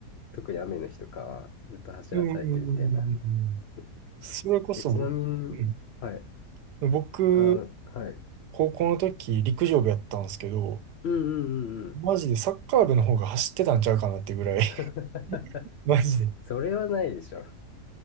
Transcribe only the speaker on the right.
うんうんうんうん。
それこそ僕、
うん。
僕、
高校の時、陸上部やったんですけど、
マジでサッカー部の方が走ってたんちゃうかなってぐらい。<laughs>
マジで。